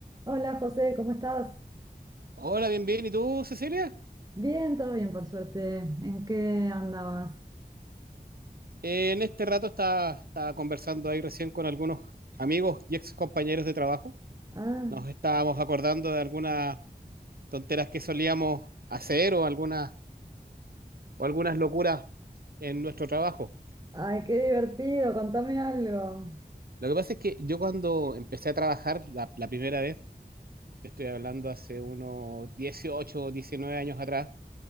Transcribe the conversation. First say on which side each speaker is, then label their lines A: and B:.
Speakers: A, on the right; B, on the right.
A: Hola José, ¿cómo estás?
B: Hola, bien, bien. ¿Y tú, Cecilia?
A: Bien, todo bien por suerte. ¿En qué andabas?
B: Eh, en este rato estaba, estaba conversando ahí recién con algunos amigos y ex compañeros de trabajo.
A: Ah,
B: Nos estábamos acordando de algunas tonteras que solíamos hacer o algunas, o algunas locuras en nuestro trabajo.
A: ay, qué divertido, contame algo.
B: Lo que pasa es que yo cuando empecé a trabajar la, la primera vez, te estoy hablando hace unos 18 o 19 años atrás,